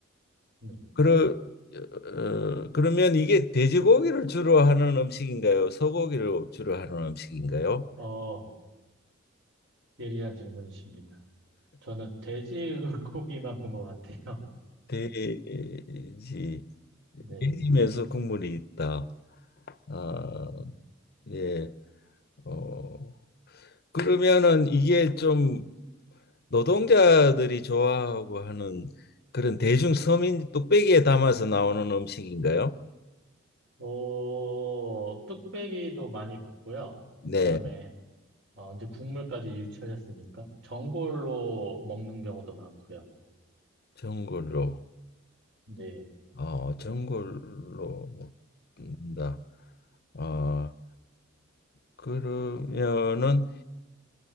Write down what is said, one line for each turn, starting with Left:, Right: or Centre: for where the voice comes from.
Right: 음.
Left: 그러, 어, 그러면 이게 돼지고기를 주로 하는 음식인가요? 소고기를 주로 하는 음식인가요?
Right: 어, 예리한 질문이십니다. 저는 돼지 <laughs> 고기만 본 것 같아요.
Left: 돼지,
Right: 네.
Left: 돼지면서 국물이 있다. 아,
Right: 음.
Left: 예. 어, 그러면은 이게 좀 노동자들이 좋아하고 하는 그런 대중 서민 뚝배기에 담아서 나오는 음식인가요?
Right: 어, 뚝배기도 많이 봤고요.
Left: 네,
Right: 그다음에, 어, 이제 국물까지 유출했으니까, 전골로 먹는 경우도 많고요.
Left: 전골로.
Right: 네.
Left: 어, 전골로 먹는다. 아, 그러면은